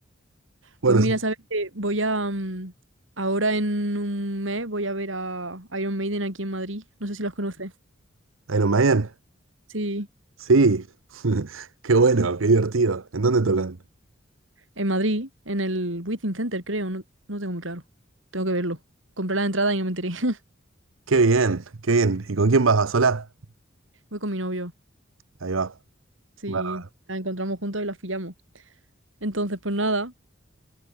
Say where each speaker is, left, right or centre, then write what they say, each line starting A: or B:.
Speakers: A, on the right; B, on the right.
A: Bueno,
B: Pues mira,
A: sí,
B: sabes que voy a mm, ahora en un mes voy a ver a Iron Maiden aquí en Madrid. No sé si los conoces.
A: Iron Maiden,
B: Sí.
A: sí. <laughs> Qué bueno, qué divertido. ¿En dónde tocan?
B: En Madrid, en el Within Center, creo, no, no tengo muy claro. Tengo que verlo. Compré la entrada y no me enteré. <laughs>
A: Qué bien, qué bien. ¿Y con quién vas? ¿A sola?
B: Voy con mi novio.
A: Ahí va.
B: Sí,
A: Bárbaro.
B: la encontramos juntos y la pillamos. Entonces, pues nada,